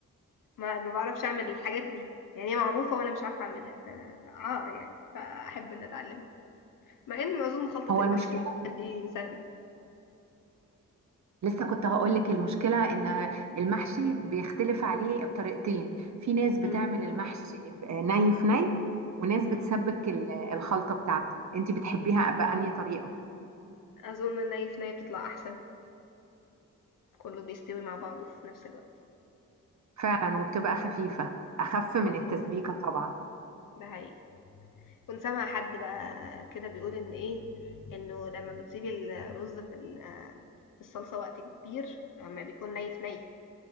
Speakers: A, on the left (about 65°); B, on the right (about 55°).
A: ما, ما بعرفش أعمل الحاجات دي يعني هي معروفة وأنا مش عارفة أعملها فعار يعني فأحب إن أتعلم مع إن أظن خلطة
B: هو
A: المحشي
B: المشكلة
A: والحاجات دي سهلة
B: لسه كنت هقول لك المشكلة إن المحشي بيختلف عليه بطريقتين في ناس بتعمل
A: مم.
B: المحشي ب- ني في ني وناس
A: مم.
B: بتسبك ال- الخلطة بتاعته أنت بتحبيها بأنهي طريقة؟
A: أظن الني في ني بتطلع أحسن كله بيستوي مع بعضه في نفس الوقت
B: فعلا وبتبقى خفيفة أخف
A: اه
B: من التسبيكة طبعا
A: ده حقيقي كنت سامعة حد بقى كده بيقول ان ايه انه لما بتسيبي الرز في ال- في الصلصة وقت كبير لما بيكون ني في ني